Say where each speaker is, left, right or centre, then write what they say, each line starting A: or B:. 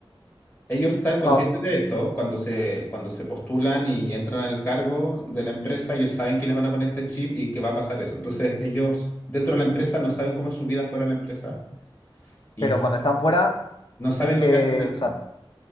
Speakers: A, on the left; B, on the left.
A: Ellos están conscientes
B: Ah,
A: de esto cuando se, cuando se postulan y entran al cargo de la empresa, ellos saben que les van a poner este chip y que va a pasar eso. Entonces ellos dentro de la empresa no saben cómo es su vida fuera de la empresa y
B: pero
A: f-
B: cuando están fuera,
A: no
B: sí
A: saben
B: que...
A: lo que hacen dentro.
B: o